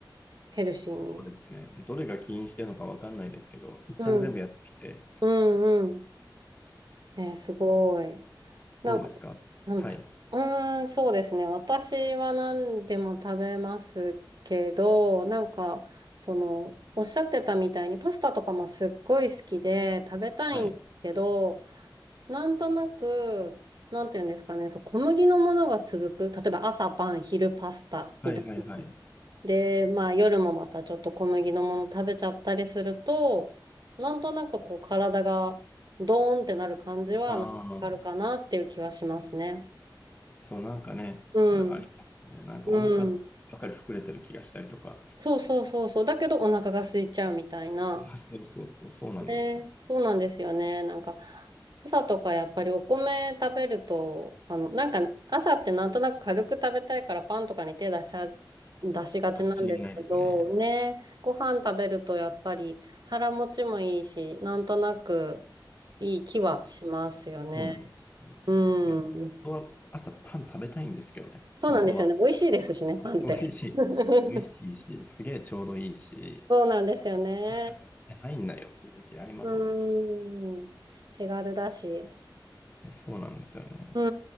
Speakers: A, on the right (about 60°); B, on the left (about 20°).
A: ヘルシーに。
B: そうですね。どれが起因してるのかわかんないですけど、一旦全部やってみて、
A: うん。うんうん。え、すごい。なんか、
B: どうですかはい。
A: うん、うーん、そうですね。私は何でも食べますけど、なんか、その、おっしゃってたみたいにパスタとかもすっごい好きで食べたいんですけど、
B: はい。
A: なんとなく、なんていうんですかね、そう、小麦のものが続く。例えば朝パン、昼パスタみたいな。
B: はい、はい、はい。
A: で、まあ夜もまたちょっと小麦のもの食べちゃったりすると、なんとなくこう体がドーンってなる感じはなんかあるかなっていう気はしますね。
B: ああ、そう、なんかね、
A: うん。
B: それありますよね。なんかお腹ばっかり膨れてる気がしたりとか。
A: うん。そうそうそうそう。だけどお腹が空いちゃうみたいな。
B: あ、そうそうそう、そうなんですよ。
A: ね、そうなんですよね。なんか、朝とかやっぱりお米食べると、あの、なんか朝ってなんとなく軽く食べたいからパンとかに手出しちゃ出しがちなんですけど、
B: 間違いないですね。
A: ね、ご飯食べるとやっぱり腹持ちもいいし、なんとなくいい気はしますよね。
B: そうなんです。もういや本当は朝パン食べたいんですけどね。
A: うん。そうなんですよね。
B: 本当は。
A: 美味しいですしね、パンって。
B: 美味しい。
A: <laughs>
B: 美味しいし、すげえちょうどいいし、
A: そうなんですよね。
B: 朝からね入んないよっていう時ありますもん。
A: うん。
B: い
A: 手軽だし。
B: や、そうなんですよね。
A: う